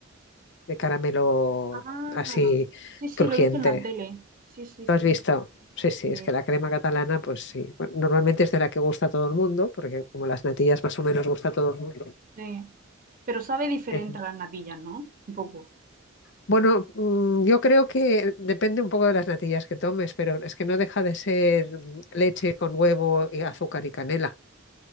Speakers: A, on the left; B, on the right.
A: de caramelo
B: Ah,
A: así
B: sí, sí,
A: crujiente.
B: lo he visto en la tele. Sí, sí, sí,
A: ¿Lo has visto? Sí, sí,
B: sí,
A: es que la crema catalana, pues sí, Bueno, normalmente es de la que gusta a todo el mundo, porque como las natillas más o menos gusta a todo el mundo.
B: sí. Pero sabe diferente
A: Eje.
B: a las natillas, ¿no? Un poco.
A: Bueno, mm, yo creo que depende un poco de las natillas que tomes, pero es que no deja de ser mm, leche con huevo y azúcar y canela.